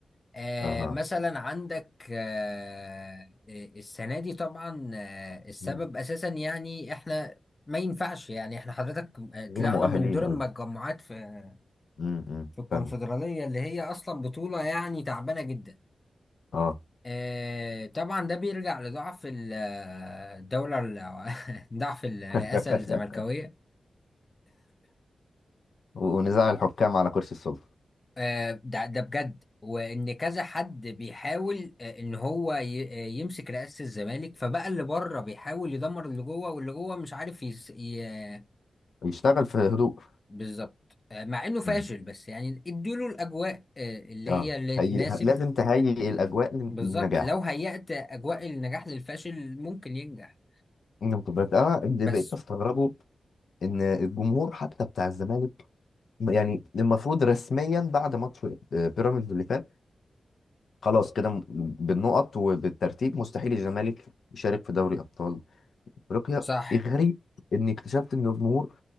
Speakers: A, on the left; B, on the left.
A: آه
B: اها
A: مثلا عندك آه السنة دي طبعا آه السبب
B: مم.
A: أساسا يعني إحنا ما ينفعش يعني إحنا حضرتك آه، طلعنا
B: غير مؤهلين
A: من دور
B: قصدي
A: المجموعات في
B: أمم، أمم،
A: في الكونفدرالية
B: فاهمك
A: اللي هي أصلا بطولة يعني تعبانة جدا
B: اه
A: آه، طبعا ده بيرجع لضعف ال- آه، الدولة ال- <laughs> ضعف الرئاسة
B: <laughs>
A: الزملكاوية
B: ونزاع الحكام على كرسي السلطة
A: آه، ده ده بجد وإن كذا حد بيحاول آه، إن هو ي- آه، يمسك رئاسة الزمالك فبقى اللي بره بيحاول يدمر اللي جوه واللي جوه مش عارف يس... ي... آه،
B: يشتغل في هدوء
A: بالظبط آه، مع إنه فاشل
B: أمم،
A: بس يعني اديله الأجواء آه، اللي
B: اه
A: هي اللي
B: هي...
A: تناسب
B: لازم تهيئ الأجواء
A: بالظبط
B: للنجاح
A: لو هيأت أجواء النجاح للفاشل ممكن ينجح
B: نقطة بس أنا اللي
A: بس
B: بقيت أستغربه إن الجمهور حتى بتاع الزمالك يعني المفروض رسميا بعد ماتش آه، بيراميدز اللي فات خلاص كده م- بالنقط وبالترتيب مستحيل الزمالك يشارك في دوري أبطال أفريقيا
A: صح
B: الغريب إني اكتشفت إن الجمهور